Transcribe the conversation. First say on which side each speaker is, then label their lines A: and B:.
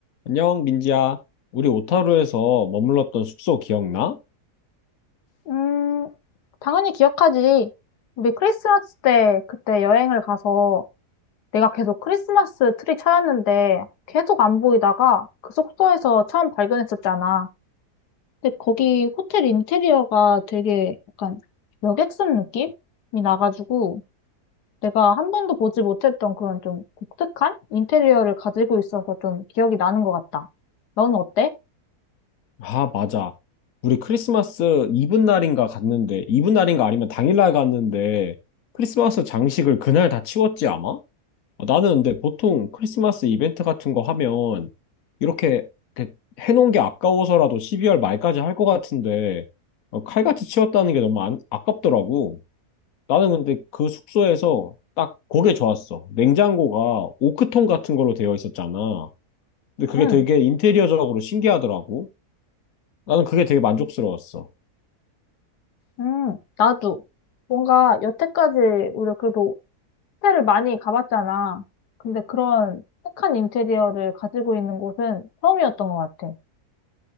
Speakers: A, on the left (about 65°); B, on the left (about 85°).
A: 안녕, 민지야. 우리 오타루에서 머물렀던 숙소 기억나?
B: 음, 당연히 기억하지. 우리 크리스마스 때 그때 여행을 가서 내가 계속 크리스마스 트리 찾았는데 계속 안 보이다가 그 숙소에서 처음 발견했었잖아. 근데 거기 호텔 인테리어가 되게 약간 여객선 느낌이 나가지고 내가 한 번도 보지 못했던 그런 좀 독특한 인테리어를 가지고 있어서 좀 기억이 나는 것 같다. 넌 어때?
A: 아, 맞아. 우리 크리스마스 이브 날인가 갔는데, 이브 날인가 아니면 당일날 갔는데, 크리스마스 장식을 그날 다 치웠지, 아마? 어, 나는 근데 보통 크리스마스 이벤트 같은 거 하면, 이렇게, 이렇게 해놓은 게 아까워서라도 12월 말까지 할 것 같은데, 어, 칼같이 치웠다는 게 너무 안- 아깝더라고. 나는 근데 그 숙소에서 딱 그게 좋았어. 냉장고가 오크통 같은 걸로 되어 있었잖아. 근데 그게
B: 응,
A: 되게 인테리어적으로 신기하더라고. 나는 그게 되게 만족스러웠어.
B: 응, 나도. 뭔가 여태까지 우리 그래도 호텔을 많이 가봤잖아. 근데 그런 착한 인테리어를 가지고 있는 곳은 처음이었던 것 같아.